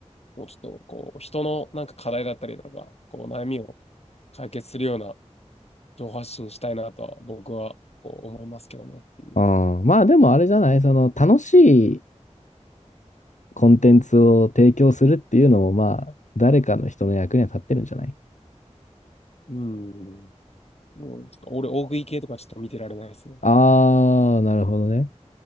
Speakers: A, on the left; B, on the left.
A: もうちょっと、こう、人のなんか課題だったりとか、こう、悩みを解決するような情報発信したいなとは、僕は、こう、思いますけどね。っていう。
B: うん、まあでもあれじゃない、その楽しいコンテンツを提供するっていうのもまあ、誰かの人の役には立ってるんじゃない
A: うん。もう、ちょっと、俺、大食い系とかちょっと見てられないですね。
B: あー、なるほどね。